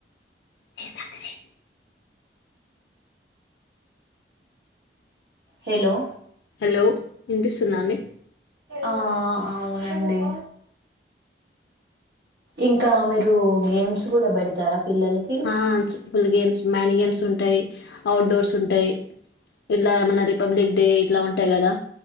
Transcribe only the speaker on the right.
హెలో
ఆ అవునండి ఇంకా మీరు గేమ్స్ కూడా పెడతారా పిల్లలకి